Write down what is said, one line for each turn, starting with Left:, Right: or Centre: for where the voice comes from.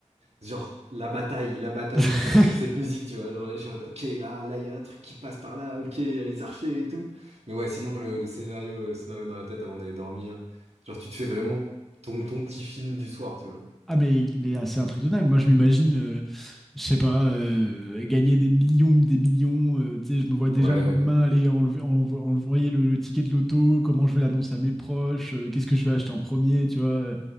Right: genre, la bataille, la bataille
Centre: <laughs>
Right: qui passe sur cette musique, tu vois. Genre, je suis en mode, ok, là, là, il y a un truc qui passe par là, ok, il y a les archers et tout. Mais ouais, sinon, le, le scénario, euh, le scénario dans la tête avant d'aller dormir. Genre, tu te fais vraiment ton, ton petit film du soir, tu vois.
Centre: Ah mais, mais ah, c'est un truc de dingue. Moi je m'imagine, euh, je sais pas, euh, gagner des millions, des millions. euh, tu sais, je me vois déjà
Right: Ouais,
Centre: le lendemain aller enlever, envo- envoyer le, le ticket de l'auto, comment je vais l'annoncer à mes proches, euh, qu'est-ce que je vais acheter en premier, tu vois.